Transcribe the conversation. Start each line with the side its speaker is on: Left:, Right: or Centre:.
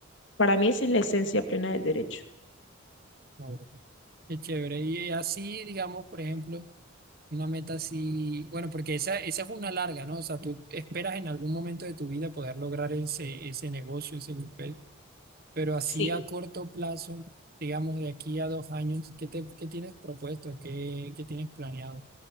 Left: Para mí, esa es la esencia plena del derecho.
Right: claro. Qué chévere. Y eh, así, digamos, por ejemplo, una meta así, bueno, porque esa, esa es una larga, ¿no? O sea, tú esperas en algún momento de tu vida poder lograr ese, ese negocio, ese papel, pero así
Left: Sí.
Right: a corto plazo, digamos, de aquí a dos años, ¿qué te, qué tienes propuesto? ¿Qué, qué tienes planeado?